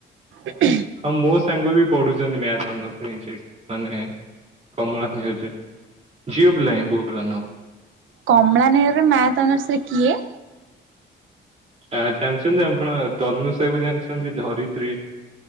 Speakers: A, on the right; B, on the right.
A: ଉଁ ଖୁଁ।
B: ହଁ, ମୋ ସାଙ୍ଗ ବି ପଢୁଚନ୍ତି, ମ୍ୟାଥ ଅନଶ୍ର ସେଠି ମାନେ କମଳା <unintelligible> ଝିଅ ପିଲା ହ୍ନି, ପୁଅ ପିଲା ନୁହଁ।
A: କମଳାନେୟରେ ମ୍ୟାଥ ଅନର୍ଶରେ କିଏ?
B: ଆ, ଜାଣିଚନ୍ତି ଆପଣ, ତନୁସା କୁ ଜାଣିଚନ୍ତି ଧରିତ୍ରୀ